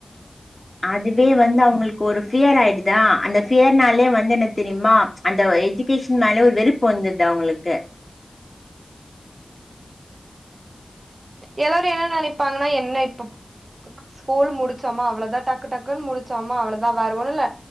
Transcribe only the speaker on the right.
எல்லாரு என்ன நினைப்பாங்கன்னா என்ன இப்ப ஸ்கூல் முடிச்சோமா அவ்வளோதா டக்கு டக்குன்னு முடிச்சோமா அவ்வளோதா வருன்னு இல்ல